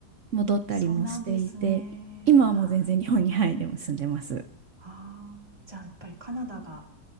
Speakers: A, on the right; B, on the right.
A: 戻ったりもしていて今はもう全然日本に、
B: そうなんですね。はい。
A: はい、でも住んでます。
B: ああ、じゃあやっぱりカナダが、